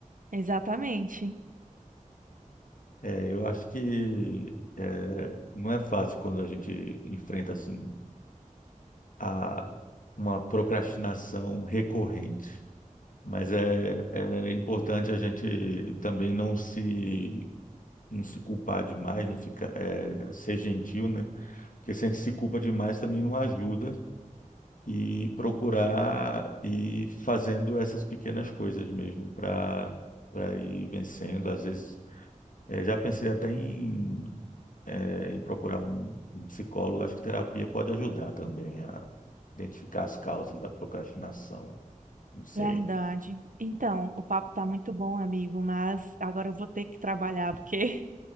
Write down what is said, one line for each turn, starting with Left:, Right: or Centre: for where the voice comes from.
Right: Exatamente.
Left: É, eu acho que é, não é fácil quando a gente enfrenta assim a uma procrastinação recorrente, mas é, é importante a gente também não se não se culpar demais, não ficar é, ser gentil, né? Porque se a gente se culpa demais também não ajuda e procurar ir fazendo essas pequenas coisas mesmo para para ir vencendo. Às vezes, eh, já pensei até em, eh, em procurar um, um psicólogo. Acho que terapia pode ajudar também a identificar as causas da procrastinação. Não sei.
Right: Verdade. Então, o papo tá muito bom, amigo, mas agora eu vou ter que trabalhar porque